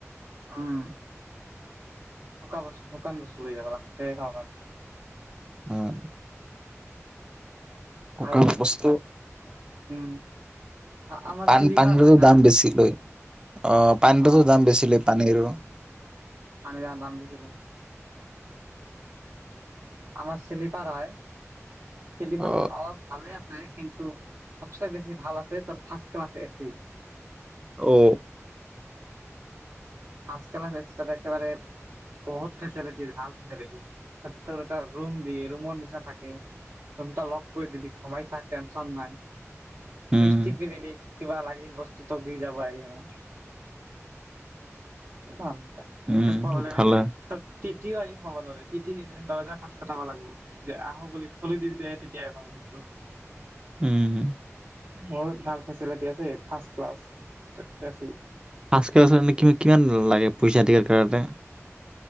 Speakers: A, on the right (about 55°); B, on the right (about 15°).
A: উম। শুকা বস্তু শুকান বস্তু লৈ যাব লাগিব তে খাবা পাৰবি।
B: উম। গুকান
A: আৰু
B: বস্তু
A: তাত উম আমাৰ
B: পান
A: শ্লিপাৰ
B: পানীৰো
A: হয় না
B: দাম বেছি লয়। অ পানবজাৰত
A: অ
B: দাম বেছি লই। পানীৰো।
A: <unintelligible> দাম বেছিলয়। আমাৰ শ্লিপাৰ হয়। শিল্পআৰত
B: অ
A: অলপ ভালে আছে। কিন্তু সবচে বেছি ভাল আছে তোৰ ফাৰ্ষ ক্লাছ এছি।
B: ও।
A: ফাষ্ট ক্লাছ এছি ঠাকাত একেবাৰে বহুত ফেচিলিটীৰ ভাল ফেচিলিটী তাৰ ভিতৰত এটা ৰোম দিয়ে ৰোম ৰ নিচা থাকে ৰোমতা লক কৰি দিলি ঘমাই থাক টেনচন নাই। চুইচ
B: উম
A: টিপি দিলি কিবা লাগিল বস্তুটো দি যাব আহি কিনে। <unintelligible> তাত
B: উম
A: ইটোত প্ৰব্লেমে
B: ভালে
A: নাই তিতিও আহি সোমাব নোৱাৰে তিতি দিজে দৰ্জা খট খটাব লাগিব যে আহো বুলি খুলি দিবে তেতিয়াই সোমাব ভিতৰত।
B: উম।
A: বহুত ভাল ফেচিলিটি আছে ফাৰ্ষ্ট ক্লাছ তাতে এছি।
B: আজকে <unintelligible> কি কিমান লাগে পইচা দিয়াৰ কাৰনে ।